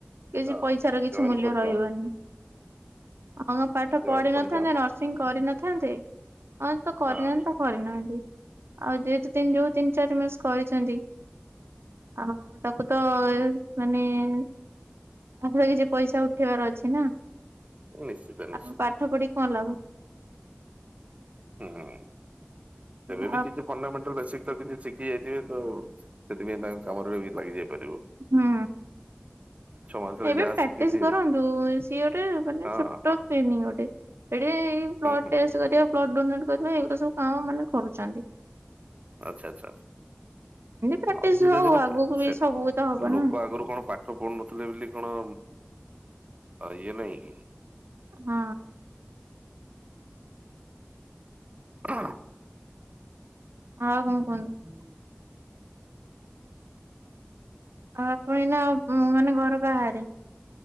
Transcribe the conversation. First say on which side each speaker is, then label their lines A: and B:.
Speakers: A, on the right; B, on the right.
A: କିଛି
B: ହଁ
A: ପଇସାର କିଛି
B: ଜଏନ୍
A: ମୂଲ୍ୟ
B: କରିଯାଆନ୍ତୁ
A: ରହିବନି। ହ ଆମ ପାଠ ପଢିିନଥାନ୍ତେ
B: ଜଏନ୍ କରିଯାଆନ୍ତୁ
A: ନର୍ସିଂ କରିନଥାନ୍ତେ ହଁ ତ କରିନାହାନ୍ତି
B: ହଁ
A: ତ କରିନାହାନ୍ତି ଆଉ ଯେହେତୁ ତିନି ଯୋଉ ତିନି ଚାରି ମାସ କରିଚନ୍ତି ଆଉ ତାକୁ ତ ଏ ମାନେ ପାଖରେ ଏଇ ଯୋ ପଇସା ଉଠେଇବାର ଅଛି ନା।
B: ନିଶ୍ଚିତ ନିଶ୍ଚିତ।
A: ଆଉ ପାଠ ପଢି କଣ ଲାଭ।
B: ହୁଁ ଏବେ
A: ଆଉ
B: ବି କିଛି ଫଣ୍ଡାମେଣ୍ଟାଲ ବେସିକ ତ କିଛି ଶିଖି ଯାଇଥିବେ ତ ସେଥିପାଇଁ ତାଙ୍କ କାମରେ ବି ଲାଗିଯାଇପାରିବ।
A: ହୁଁ।
B: ମାସରେ
A: ଏବେ
B: ଯାହା
A: ପ୍ରାକ୍ଟିସ
B: ଶିଖିଥିବେ
A: କରନ୍ତୁ ସିଏ ଗୋଟେ ମାନେ
B: ହଁ
A: ଛୋଟ
B: ହଁ
A: କ୍ଲିନିକ ଗୋଟେ। ଏଠି ବ୍ଲଡ
B: ହୁଁ ହୁଁ
A: ଟେଷ୍ଟ କରିବା ବ୍ଲଡ ଡୋନେଟ୍ କରିବା ଏଉଡା ସବୁ କାମ ମାନେ କରୁଚନ୍ତି।
B: ଆଚ୍ଛା ଆଚ୍ଛା।
A: ପ୍ରାକ୍ଟିସ
B: ହଁ ଧୀରେ
A: ହଉ
B: ଧୀରେ
A: ଆଗକୁ ବି
B: ସେ
A: ସବୁ ତ ହବ
B: ଲୋକ
A: ନା
B: ଆଗରୁ କଣ ପା ପାଠ ପଢୁ ନଥିଲେ ବୋଲି କଣ ଇଏ ନାହିଁ କି।
A: ହଁ।
B: ହଁ।
A: ଆଉ କଣ
B: ହୁଁ
A: କୁହନ୍ତୁ
B: ହୁଁ।
A: ଆଉ ପୁଣି ନା ମାନେ ଘର ବାହାରେ।